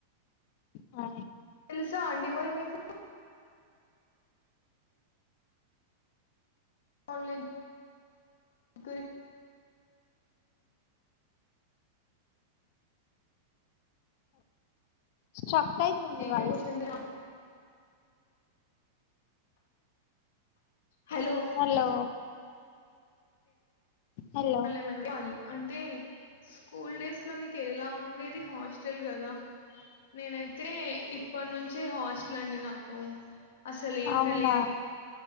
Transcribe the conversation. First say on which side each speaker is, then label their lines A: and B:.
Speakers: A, on the left; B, on the left.
A: ఆ
B: తెలుసా అండి మరి మీకు ఆన్లైన్ గురి
A: స స్టక్ <unintelligible> ఉంది
B: GK
A: నీ voice
B: question hello
A: hello
B: <inaudible>
A: hello
B: అంటే స్కూల్ డేస్ లో మీకు ఎలా ఉండేది హాస్టల్ కదా నేనైతే ఇప్పటి నుంచే హాస్టల్ అండి నాకు అసలు ఏం
A: అవునా
B: తెలీదు